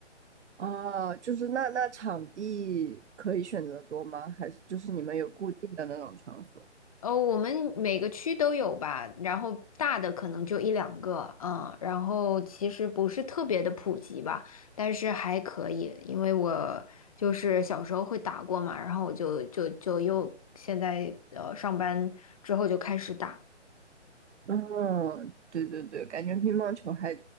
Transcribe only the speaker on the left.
哦，我们每个区都有吧，然后大的可能就一两个，嗯，然后其实不是特别的普及吧，但是还可以，因为我就是小时候会打过嘛，然后我就就就又现在呃上班之后就开始打。